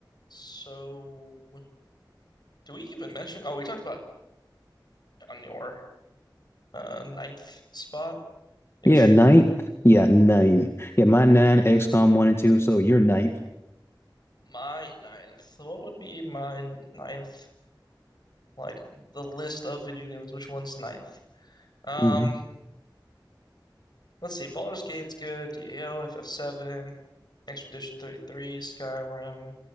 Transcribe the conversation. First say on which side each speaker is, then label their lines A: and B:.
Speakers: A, on the left; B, on the left.
A: So, do we even mention? Oh, we talked about on your uh, ninth spot ish.
B: Yeah, ninth. Yeah, nine. Yeah, my nine, XCOM one and two. So you're ninth.
A: My ninth. So What would be my ninth? Like the list of video games. Which one's ninth? Um,
B: hmm
A: let's see. Baldur's Gate's good. DAO, FF7, Expedition 33, Skyrim.